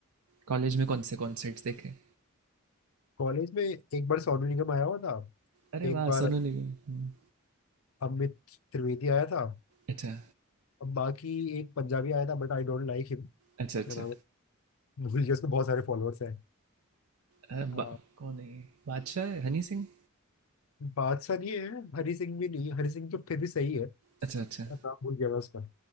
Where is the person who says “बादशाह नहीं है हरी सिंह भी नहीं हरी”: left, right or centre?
Left